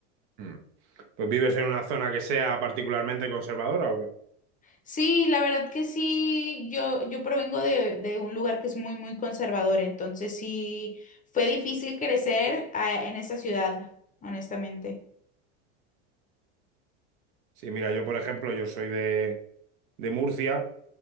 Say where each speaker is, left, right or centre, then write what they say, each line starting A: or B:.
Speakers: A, on the right (about 60°); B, on the left (about 25°).
A: Mm. Pues vives en una zona que sea particularmente conservadora, ¿o qué?
B: Sí, la verdad que sí, yo, yo provengo de, de un lugar que es muy, muy conservador, entonces sí, fue difícil crecer ah, en esa ciudad, honestamente.
A: Sí, mira, yo por ejemplo, yo soy de, de Murcia,